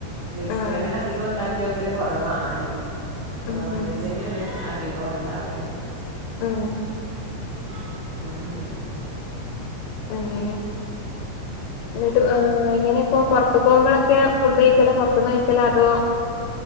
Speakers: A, on the right (about 65°); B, on the left (about 80°).
A: വെജിറ്റേറിയൻ
B: ആഹ്
A: അധികം ഇണ്ടാക്കി ക്കല് കൊറവാണ് നോൺ
B: ഉം ഉം
A: വെജ്ന്നേണ് അധിക കോം ഇണ്ടാവല്
B: ആ
A: <inaudible>
B: അങ്ങനെ ന്നിട്ട് എങ്ങനെപ്പോറത്ത ത്തക്കോമ്പോളൊക്കെ ഫുഡ് കഴിക്കല പൊറത്ത്ന്ന് കഴിക്കല അതോ